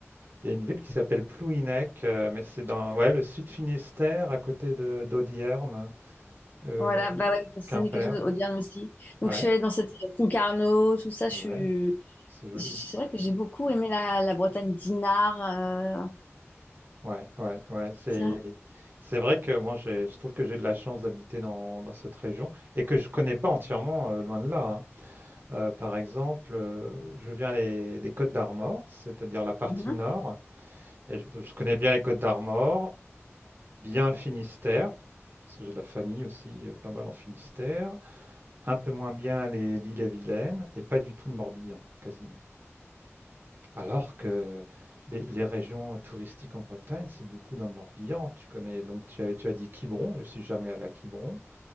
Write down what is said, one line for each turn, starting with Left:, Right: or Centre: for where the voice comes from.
Right: Il y a une ville qui s'appelle Plouhinec, euh, mais c'est dans ouais, le sud Finistère, à côté de d'Audierne, euh,
Left: Voilà, bah ouais, ça
Right: Quimper.
Left: n'est quelque chose au Auvergne aussi. Donc
Right: Ouais,
Left: je suis allée dans cette euh, Concarneau, tout ça. Je
Right: ouais,
Left: suis.
Right: c'est joli.
Left: C'est vrai que j'ai beaucoup aimé la, la Bretagne d'Inard. euh,
Right: Ouais, ouais, ouais, ouais. C'est
Left: ça.
Right: c'est vrai que moi, j'ai- je trouve que j'ai de la chance d'habiter dans, dans cette région et que je connais pas entièrement, euh, loin de là. hein. Euh, par exemple, euh, je viens les- des Côtes d'Armor, c'est-à-dire la partie
Left: Mmh.
Right: nord, et je, je connais bien les Côtes d'Armor, bien le Finistère, parce que j'ai de la famille aussi, euh, pas mal en Finistère, un peu moins bien les l'île et Vilaine, et pas du tout le Morbihan, quasiment. Alors que les, les régions touristiques en Bretagne, c'est beaucoup dans le Morbihan. Tu connais, donc tu as, tu as dit Quiberon, je suis jamais allé à Quiberon,